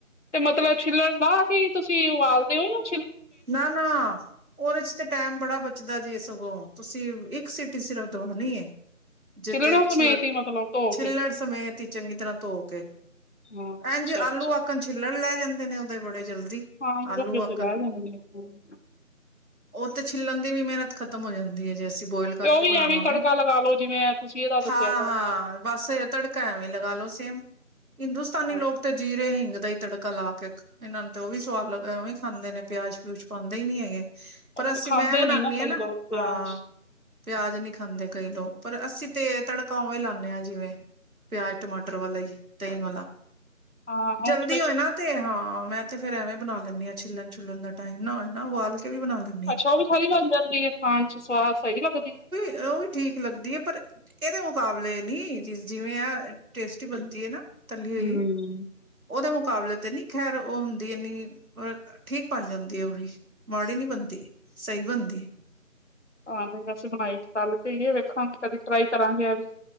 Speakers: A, on the left (about 55°); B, on the right (about 85°).
A: ਤੇ ਮਤਲਬ ਛਿਲਣ ਬਾਅਦ ਤੁਸੀਂ ਉਬਾਲਦੇ ਉਹਨੂੰ
B: ਨਾ ਨਾ। ਉਹਦੇ ਚ ਤੇ ਟਾਈਮ ਬੜਾ ਬਚਦਾ ਜੇ ਸਗੋਂ ਤੁਸੀਂ ਇੱਕ ਸੀਟੀ ਸਿਰਫ ਦਵਾਉਣੀ ਜਿੱਥੇ
A: ਛਿੱਲਣਾ
B: ਅੱਛੀ
A: ਸਮੇਤ
B: ਵੱਲ
A: ਹੀ ਮਤਲਬ ਧੋ
B: ਛਿਲੜ
A: ਕੇ
B: ਸਮੇਤੀ ਚੰਗੀ ਤਰ੍ਹਾਂ ਧੋ ਕੇ
A: ਹਾਂ
B: ਐਂ
A: ਅੱਛਾ
B: ਜੇ
A: ਅੱਛਾ
B: ਆਲੂ ਕੰਜ ਛਿਲੜ ਲੈ ਜਾਂਦੇ ਨੇ ਉਹਦੇ ਬੜੇ ਜਲਦੀ
A: ਹਾਂ ਇਹਦੇ
B: ਆਲੂ
A: ਉੱਤੇ
B: ਆਕਣ
A: ਬਹਿ ਜਾਣਗੇ ਨਿੰਬੂ
B: ਉਹ ਤੇ ਛਿੱਲਣ ਦੀ ਵੀ ਮਿਹਨਤ ਖਤਮ ਹੋ ਜਾਂਦੀ ਹੈ, ਜੇ ਅਸੀਂ ਬੋਇਲ ਕਰਕੇ
A: ਤੇ ਉਹ ਵੀ
B: ਬਣਾਵਾਂਗੇ।
A: ਐਵੇਂ ਹੀ ਤੜਕਾ ਲਗਾ ਲੋ ਜਿਵੇਂ ਏ ਤੁਸੀਂ ਇਹਦਾ ਦੱਸਿਆ
B: ਹਾਂ
A: ਤੜਕਾ
B: ਬਸ ਤੜਕਾ ਐਵੇਂ ਲਗਾ ਲੋੋ ਸੇਮ ਹਿੰਦੁਸਤਾਨੀ
A: ਹਾਂ
B: ਲੋਕ ਤੇ ਜੀਰੇ ਹਿੰਗ ਦਾ ਹੀ ਤੜਕਾ ੜਕਾ ਲਾਕੇ, ਇਹਨਾਂ ਨੂੰ ਤੇ ਉਹ ਵੀ ਸਵਾਦ ਲ ਐਂਵੀ ਈ ਖਾਂਦੇ ਨੇ, ਪਿਆਜ -ਪਿਊਜ ਪਾਂਦੇ ਹੀ ਨੀ ਹੈਗੇ। ਪਰ
A: ਉਹ
B: ਅਸੀਂ,
A: ਖਾਂਦੇ
B: 'ਮੈਂ' ਬਣਾਂਨੀ
A: ਨੀ ਕਈ
B: ਆਂ, ਨਾ,
A: ਲੋਕ ਪਿਆਜ
B: ਹਾਂ। ਪਿਆਜ ਨਹੀਂ ਖਾਂਦੇ ਕਈ ਲੋਕ, ਪਰ ਅਸੀਂ ਤੇ ਤੜਕਾ ਉਵੇਂ ਲਾਂਨੇ ਆਂ, ਜਿਵੇਂ ਪਿਆਜ, ਟਮਾਟਰ ਵਾਲਾ ਹੀ ਦਹੀਂ ਵਾਲਾ,
A: ਹਾਂ
B: ਜਲਦੀ
A: ਉਹ ਵੀ ਤਾਂ
B: ਹੋਏ ਨਾ, ਤੇ ਹਾਂ, ਮੈਂ ਤੇ ਫੇਰ ਐਵੇਂ ਬਣਾ ਲੈਂਨੀ ਆਂ, ਛਿਲਣ-ਛੁੱਲਣ ਦਾ ਟਾਈਮ ਨਾ ਹੋਏ ਨਾ, ਉਬਾਲਕੇ ਵੀ ਬਣਾਲੈਂ
A: ਅੱਛਾ, ਉਹ ਵੀ ਥੋਰੀ ਬਣ ਜਾਂਦੀ ਏ, ਖਾਣ'ਚ ਸਵਾਦ ਸਹੀ ਲੱਗਦੀ?
B: ਓਹ ਵੀ ਠੀਕ ਲੱਗਦੀ ਏ, ਪਰ ਇਹਦੇ ਮੁਕਾਬਲੇ ਨਹੀਂ, ਜਿਵੇਂ ਆ ਟੇਸਟੀ ਬਣਦੀ ਏ, ਨਾ। ਤੱਲੀ ਹੋਈ।
A: ਹਮ
B: ਉਹਦੇ ਮੁਕਾਬਲੇ ਤੇ ਨੀ ਖੈਰ, ਉਹ ਹੁੰਦੀ ਇਨੀ, ਪਰ ਠੀਕ ਬਣ ਜਾਂਦੀ ਉਹ ਵੀ। ਮਾੜੀ ਨਹੀਂ ਬਣਦੀ, ਸਹੀ ਬਣਦੀ।
A: ਹਾਂ, ਨਹੀਂ ਅਸੀਂ ਬਣਾਈ ਤੱਲਕੇ ਹੀਏ, ਵੇਖਾਂਗੀ ਕਦੀ ਟ੍ਰਾਈ ਕਰਾਂਗੇ ਐਵੀ।